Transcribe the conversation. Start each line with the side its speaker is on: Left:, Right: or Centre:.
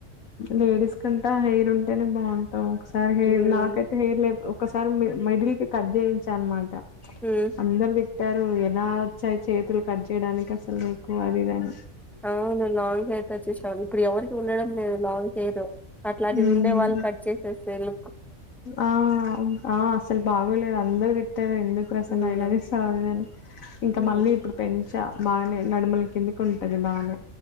Left: లేడీస్ కంటా హెయిర్ ఉంటేనే బాగుంటాం ఒకసారి హెయిర్
Centre: హ్మ్.
Left: నాకైతే హెయిర్ లేపొ ఒకసారి మి మిడిల్ ది కట్ చేయించ అన్నమాట
Centre: హ్మ్.
Left: అందరు తిట్టారు ఎలా క్ వచ్చాయి చేతులు కట్ చేయడానికి అసలు నీకు అది ఇదని
Centre: అవును లాంగ్ హేర్ కట్ చేేసినాను ఇప్పుడు ఎవరికి ఉండడం లేను లాంగ్ హెయిర్ అట్లాంటిది
Left: హ్మ్
Centre: ఉండే వాళ్ళు కట్ చేసేస్తేళ్ళ
Left: ఆ ఆ అసలు బాగోలేదు అందరుూ తిట్టారు ఎందుకు ప్రసన్న
Centre: హ్మ్.
Left: ఇలా చేసావని అది ఇది అని ఇంకా
Centre: హ్మ్.
Left: మళ్ళీ ఇప్పుడు పెంచా బాగానే నడుములు కిందికి ఉంటది బాగానే